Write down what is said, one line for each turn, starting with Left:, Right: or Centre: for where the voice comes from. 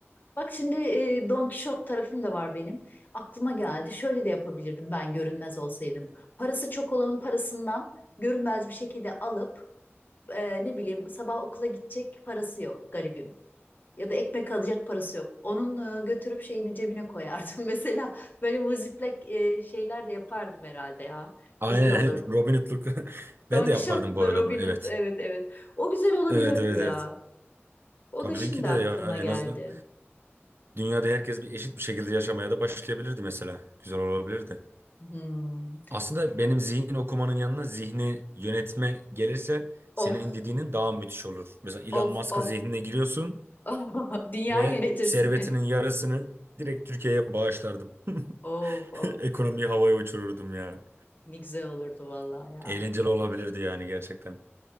Left: Bak şimdi e, Don Kişot tarafım da var benim. Aklıma geldi. Şöyle de yapabilirdim ben görünmez olsaydım. Parası çok olanın parasından görünmez bir şekilde alıp e, ne bileyim sabah okula gidecek parası yok garibim. Ya da ekmek alacak parası yok. Onun e, götürüp şeyini cebine koyardım. <laughs> Mesela böyle bu ziplek e, şeyler de yapardım herhalde ya.
Right: Aynen
Left: Güzel olurdu.
Right: <laughs> Robin Hood'luk. <laughs> Ben
Left: Don
Right: de
Left: Kişot
Right: yapardım bu
Left: da
Right: arada
Left: Robin
Right: bunu
Left: Hood.
Right: evet.
Left: Evet evet. O güzel olabilirdi
Right: Evet evet
Left: ya.
Right: evet.
Left: O
Right: Tabii
Left: da şimdi
Right: ki de
Left: aklıma
Right: ya en
Left: geldi.
Right: azından dünyada herkes bir eşit bir şekilde yaşamaya da başlayabilirdi mesela. Güzel olabilirdi.
Left: Hmm.
Right: Aslında benim zihin okumanın yanına zihni yönetme gelirse senin
Left: Of.
Right: dediğinin daha müthiş olur. Mesela Elon
Left: Of
Right: Musk'ın
Left: of
Right: zihnine giriyorsun
Left: <laughs> Dünyayı
Right: ve
Left: yönetirsin.
Right: servetinin
Left: <laughs>
Right: yarısını direkt Türkiye'ye bağışlardım. <laughs>
Left: Of of
Right: <laughs> Ekonomiyi havaya uçururdum ya.
Left: ne güzel olurdu vallahi ya.
Right: Eğlenceli olabilirdi yani gerçekten.